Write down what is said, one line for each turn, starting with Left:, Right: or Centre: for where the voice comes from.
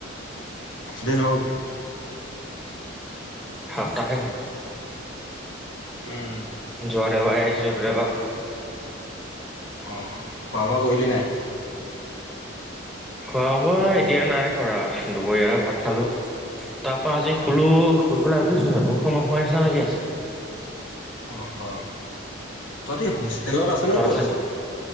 Left: দিন হল।
Centre: সপ্তাহে হ'ল।
Left: উম।
Centre: যোৱা দেওবাৰে আহিছিলো এইটো দেওবাৰ হ'ল।
Left: অঁ খোৱা বোৱা কৰিলি নাই?
Centre: খোৱা বোৱা এতিয়া নাই কৰা, দুপৰীয়া ভাত খালোঁ। তাৰপৰা আজি শুলো শুই পেলাই উঠিছোঁ হে, বহুত সময় হোৱাৰ নিচিনা লাগি আছে।
Left: অ অ, তহঁতি হোষ্টেলত আছ নে
Centre: তহঁতৰ
Left: ক'ত
Centre: খালি
Left: আছ?